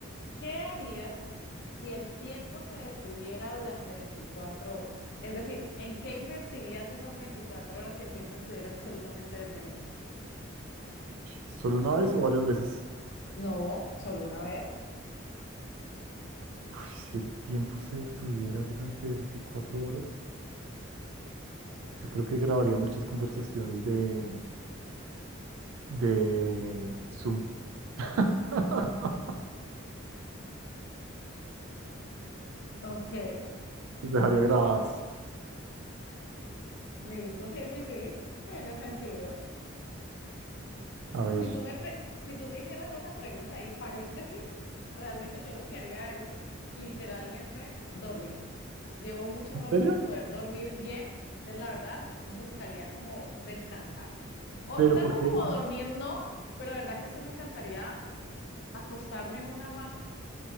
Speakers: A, on the left; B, on the right.
A: ¿Qué harías si el tiempo se detuviera durante 24 horas? Es decir, ¿en qué invertirías esas 24 horas si el tiempo estuviera absolutamente detenido?
B: ¿solo una vez o varias veces?
A: No, solo una vez.
B: Uy, si el tiempo se detuviera durante 24 horas, yo creo que grabaría muchas conversaciones de, de Zoom. <laughs>
A: Ok,
B: Los dejaría grabadas.
A: Listo, sí, sí, sí, tiene sentido.
B: A ver.
A: Si tú me, pre- si tú me hicieras esa pregunta y paréntesis, realmente yo lo que haría es literalmente dormir. Llevo mucho
B: ¿En
A: rato
B: serio?
A: sin poder dormir bien, entonces la verdad buscaría como descansar. O
B: ¿Pero
A: tanto
B: por qué?
A: como
B: No,
A: dormir no, pero la verdad que sí me encantaría acostarme en una hamaca,